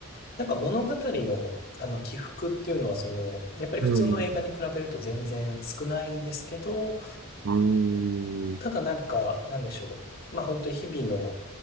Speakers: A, on the left (about 45°); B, on the right (about 60°).
A: なんか物語の、あの起伏っていうのはその、やっぱり普通の映画に比べると全然少ないんですけど、
B: うん、うん、
A: ただなんか、なんでしょう。まあ本当に日々の